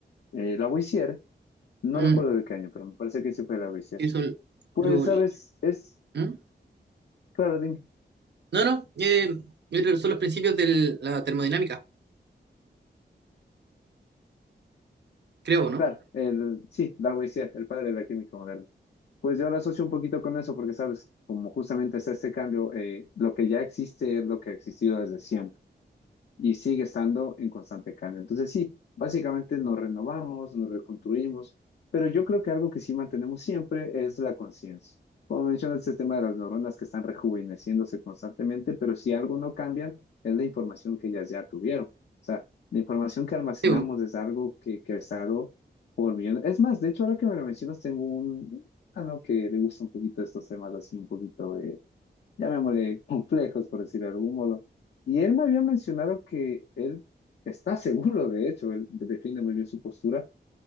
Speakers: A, on the left; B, on the right.
A: eh, Lavoisier, no
B: Mm,
A: recuerdo de qué año, pero me parece que sí fue Lavoisier.
B: eso
A: Pues,
B: lo-
A: sabes,
B: lo-
A: es,
B: ¿Mm?
A: claro, dime,
B: No, no, eh, yo creo que son los principios de la termodinámica, creo, ¿no?
A: claro, el, sí, Lavoisier, el padre de la química moderna. Pues yo lo asocio un poquito con eso porque, sabes, como justamente está este cambio, eh, lo que ya existe es lo que ha existido desde siempre y sigue estando en constante cambio. Entonces, sí, básicamente nos renovamos, nos reconstruimos, pero yo creo que algo que sí mantenemos siempre es la conciencia. Como mencionas, este tema de las neuronas que están rejuveneciéndose constantemente, pero si algo no cambia, es la información que ellas ya tuvieron. O sea, la información que almacenamos
B: Sí, po.
A: es algo que, que ha estado por millón. Es más, de hecho, ahora que me lo mencionas, tengo un algo que le gusta un poquito estos temas así, un poquito de, llamémosle, <laughs> complejos, por decir de algún modo. Y él me había mencionado que él está seguro, de hecho, él defiende muy bien su postura,